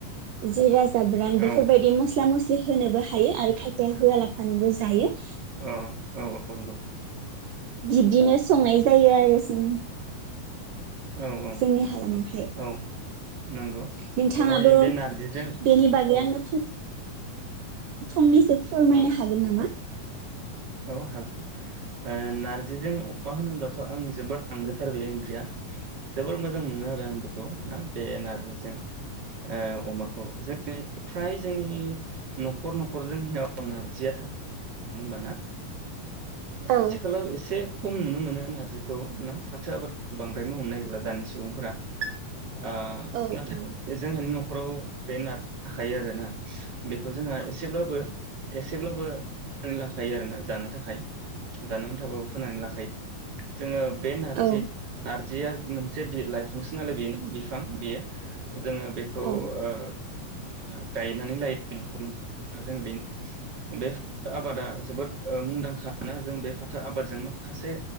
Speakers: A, on the right (about 75°); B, on the right (about 30°).
A: जेरा। जाब्रां बेफोरबायदि
B: औ
A: मस्ला मस्लि। जे होनोबो हायो आरो खायफाया होआला। सानैबो जायो।
B: औ औ औ नंगौ।
A: बिब्दिनो संनाय जायो आरो जों।
B: औ औ
A: जोंनि हालामावहाय।
B: औ नंगौ
A: नोंथाङाबो
B: ओइ बे नारजिजों
A: बेनि बागै
B: औ।
A: आंनो <inaudible> फंनैसो फोरमायनो
B: औ
A: हागोन नामा।
B: औ हागोन ओ नारजिजों अमा होनोब्लाथ आंनि जोबोर आंगोथार बेैै ओंख्रिया जोबोर मोजां मोनो। आं बेखौ ना बे नार। जों ओ अमाखौ जोंनि फ्राय जोंनि न'खर न'खर जोंनियाव नारजिया थाबो होमबा ना।
A: औ
B: आथिखालाव एसे। खम नुनो मोनो नारजिखौ ना। फाथो आबादखौ बांद्राय मावनो नागिरा। दानि सुबुंफोरा। ओ
A: औ
B: नाथाय
A: औ
B: जोंहानि नख। न'खराव बे नार थाखायो आरोना। बेखौ जोंहा एसेब्लाबो एसेब्लाबो लाखायो आरो ना जानो थाखाय। जानानै थाबाबो फोनानै लाखायो। जोङो। बे नारजि
A: औ
B: आरो। जिया मोनसे बि लाइफांसो नालाय बेयो ना। बिफां बेयो। जोङो बेखौ
A: औ
B: ओ ओ गायनानै लायो नखन जों बेनि बे आबादा जोबोद ओ मुंदांखा ना जों बे फाथो आबादजोंनो। माखासे